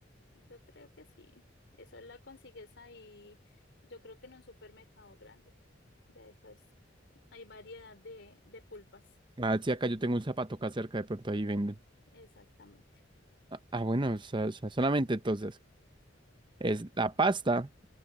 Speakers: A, on the left; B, on the right.
A: Yo creo que sí. Eso la consigues ahí, yo creo que en un supermercado grande de esas. Hay variedad de, de pulpas.
B: Ah, sí, acá yo tengo un zapato acá cerca, de pronto ahí venden.
A: Exactamente.
B: Ah, ah, bueno, o sea, o sea, solamente entonces es la pasta